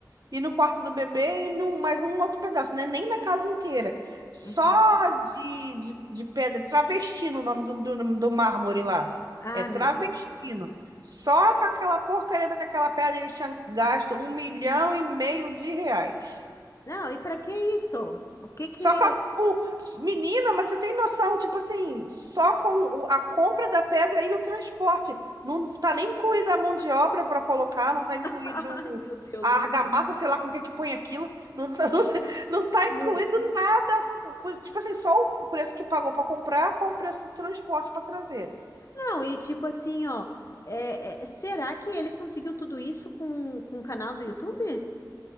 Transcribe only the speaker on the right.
e no quarto do bebê, e num, mais um outro pedaço, né, nem na casa inteira. Só
de, de, de pedra, travestino o nome do, do, do mármore lá.
É travestino.
Só com aquela porcaria daquela pedra eles tinham gasto um milhão e meio de reais.
Só
com a... o- Menina, mas você tem noção, tipo assim, só com o- a compra da pedra e o transporte. Não tá nem incluída a mão de obra para colocar, não tá incluído
o-
a
argamassa,
sei lá com o que que põe aquilo. Não tá, <laughs> não, sei- não tá incluído
nada. Pois, Tipo assim, só o preço que pagou para comprar com o preço do transporte para trazer.